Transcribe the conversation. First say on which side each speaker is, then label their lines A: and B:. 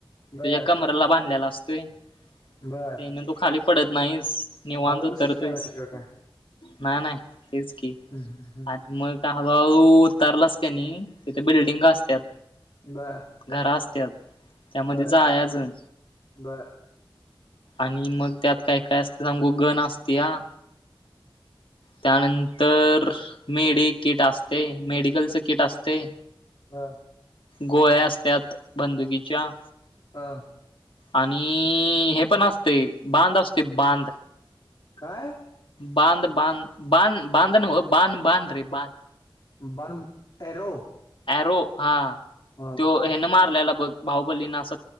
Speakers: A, on the left; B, on the left.
A: बर
B: तुझ्या कमराला बांधलेला असतोय त्यान
A: बर
B: तू खाली पडत नाहीस. निवांत
A: मला
B: उतरतोयस
A: दुसरं पॅराशूट का काय
B: नाय नाय तेच की
A: हम्म हम्म
B: आणि मग का हो भाऊ उतरलास काय नही तिथ बिल्डिंग असत्यात.
A: बर.
B: घरा असत्यात त्यामध्ये
A: बर
B: जायचं.
A: बर
B: आणि मग त्यात काय काय असतय सांगू गण असत्या. त्यानंतर. मेड किट असते मेडिकलच किट असतय.
A: हा.
B: गोळ्या असत्यात बंदुकीच्या.
A: हा.
B: आणि हे पण असतय बांध असतोय बांध.
A: काय.
B: बांंद बांंद ना हो बांध बांध रे बांध
A: बरम एरो.
B: अँरो हा.
A: हो.
B: तो हेन मारल्याला बघ भाहुबलीण अस